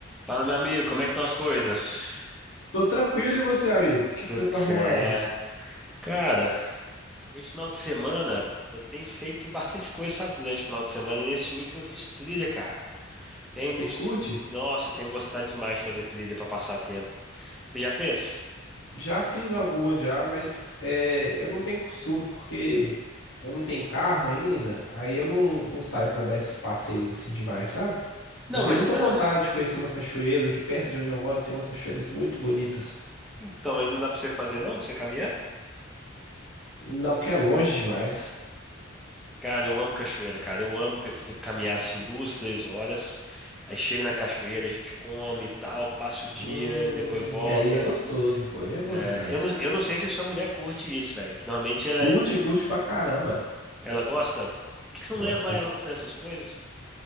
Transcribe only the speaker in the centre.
Fala, meu amigo, como é que estão as coisas?
Tudo
certo.
Cara, esse final de semana eu tenho feito bastante coisa, sabe, durante o final de semana, e nesse último eu fiz trilha, cara. Tenho
gost...
Nossa, eu tenho gostado demais de fazer trilha pra passar tempo. Você já fez?
Não,
mas
ah,
então aí não dá pra você fazer, não? Pra você caminhar?
Cara, eu amo cachoeira, cara. Eu amo pe- te- caminhar assim duas, três horas. Aí chega na cachoeira, a gente come e tal, passa o dia,
depois volta.
É,
eu não, eu não sei se sua mulher curte isso, velho. Que normalmente é
Ela gosta. Por que que você
não leva ela pra fazer essas coisas?